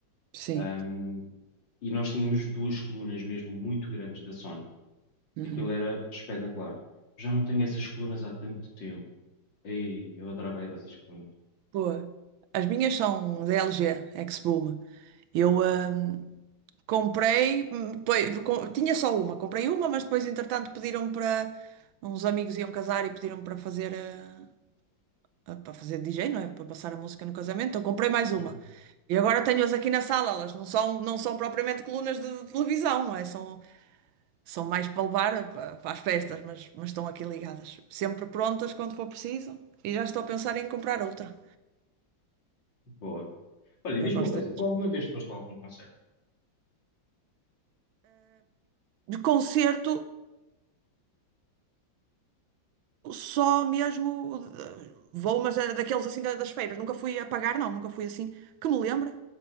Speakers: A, on the right; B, on the left.
A: Sim.
B: Ahm, e nós tínhamos duas colunas mesmo muito grandes da Sony.
A: Uhum.
B: Aquilo era espetacular. Já não tenho essas colunas há tanto tempo. Ei, eu adorava essas colunas.
A: Boa. As minhas são da LG, X-Boom. Eu, ahm, Comprei, hum, depois, com- tinha só uma, comprei uma, mas depois, entretanto, pediram para uns amigos iam casar e pediram para fazer eh, a- para fazer DJ, não é? Para passar a música no casamento, então comprei mais uma.
B: Uhum,
A: E agora tenho-as aqui na sala, elas não são, não são propriamente colunas de, de televisão, não é? São, são mais para levar para, para as festas, mas, mas estão aqui ligadas, sempre prontas quando for preciso, e já estou a pensar em comprar outra.
B: Boa. Olha,
A: Eu
B: diz-me
A: gosto
B: uma coisa,
A: destas.
B: tu alguma vez foste a algum concerto?
A: de concerto. só mesmo de- vou, mas é daqueles assim da- das feiras. Nunca fui a pagar, não, nunca fui assim. Que me lembre.